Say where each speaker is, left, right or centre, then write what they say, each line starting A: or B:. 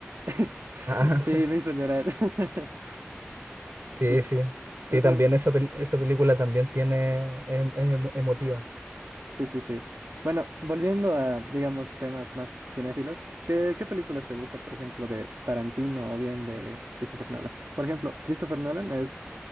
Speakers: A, on the right; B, on the right.
A: <laughs>
B: <laughs>
A: Y me hizo llorar. <laughs>
B: Sí,
A: Sí,
B: sí.
A: sí.
B: Sí,
A: Es
B: también
A: un-
B: esa, pel- esa película también tiene, es, es emo- emotiva.
A: Sí, sí, sí. Bueno, volviendo a, digamos, temas más cinéfilos, ¿qué, qué películas te gusta, por ejemplo, de Tarantino o bien de Christopher Nolan? Por ejemplo, Christopher Nolan es